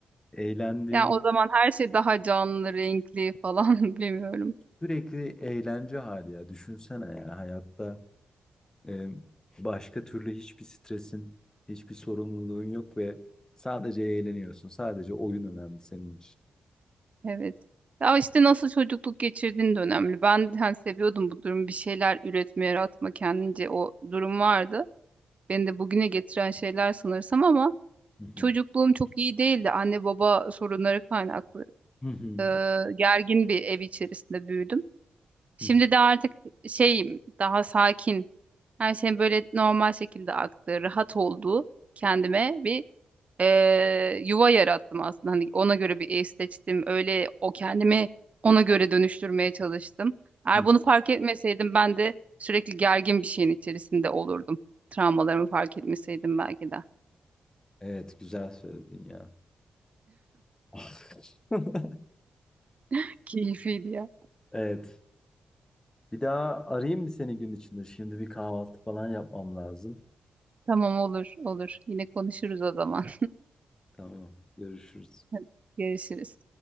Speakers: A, on the left; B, on the right.
A: Eğlendiğim
B: Yani o zaman her şey daha canlı, renkli falan <laughs> bilmiyorum.
A: sürekli eğlence hali ya. Düşünsene yani hayatta e, başka türlü hiçbir stresin, hiçbir sorumluluğun yok ve sadece eğleniyorsun. Sadece oyun önemli senin için.
B: Evet. Ya işte nasıl çocukluk geçirdiğin de önemli. Ben hani seviyordum bu durumu. Bir şeyler üretme, yaratma kendince o durum vardı. Beni de bugüne getiren şeyler sanırsam ama
A: Hı hı.
B: çocukluğum çok iyi değildi. Anne baba sorunları kaynaklı.
A: Hı hı.
B: e, gergin bir ev içerisinde büyüdüm. Şimdi
A: Hı hı.
B: de artık şeyim daha sakin. Her şeyin böyle normal şekilde aktığı, rahat olduğu kendime bir e, yuva yarattım aslında. Hani ona göre bir ev seçtim. Öyle o kendimi ona göre dönüştürmeye çalıştım. Eğer
A: Hı.
B: bunu fark etmeseydim ben de sürekli gergin bir şeyin içerisinde olurdum. Travmalarımı fark etmeseydim belki de.
A: Evet, güzel söyledin ya. <laughs>
B: <laughs> Keyifliydi ya.
A: Evet. Bir daha arayayım mı seni gün içinde? Şimdi bir kahvaltı falan yapmam lazım.
B: Tamam olur olur. Yine konuşuruz o zaman.
A: Tamam. Görüşürüz.
B: <laughs> Görüşürüz.